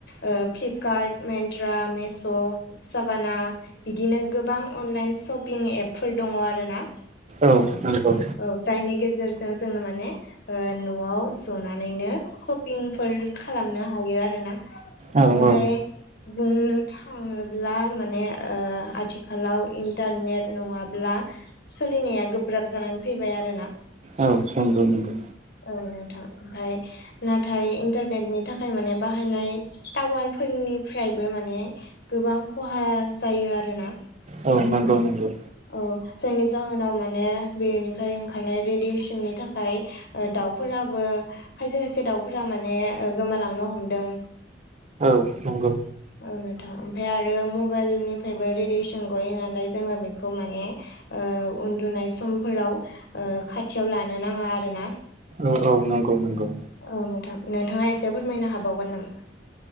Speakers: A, on the left; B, on the right.
A: फ्लिपकार्ट मेत्रा मिश' साभाना बिदिनो गोबां अनलाइन शपिं एपफोर दङ आरोना
B: औ नंगौ
A: औ जायनि गेजेरजों जोङो माने न'आव जनानैनो सपिंफोर खालामनो हायो आरोना।
B: औ
A: ओमफाय
B: औ
A: नो थाङोब्ला माने आथिखालाव इन्टारनेट नङाब्ला सोलिनाया गोब्राब जानानै फैबाय आरोना।
B: औ नंगौ नंगौ।
A: औ नोंथां। ओमफ्राय नाथाय इन्टारनेटनि थाखाय माने बाहायनाय टावारफोरनिफ्रायबो माने गोबां खहा जायो आरोना।
B: औ नंगौ नंगौ।
A: औ जायनि जाहोनाव माने बेनिफ्राय ओंखारनाय रेडियेसननि थाखाय। दाउफोराबो खायसे खायसे दाउफोरा माने माने गोमालांनो हमदों।
B: नोंगौ।
A: औ नोंथां ओमफ्राय आरो मबाइल निफ्रायबो रेडियेसन गययो नालाय जोङो बेखौ माने। उन्दुनाय समफोराव खाथियाव लानो नाङा आरो ना
B: औ औ नंगौ नंगौ।
A: औ नोंथां नोंथाङा एसे फोरमायनो हाबावगोन नामा?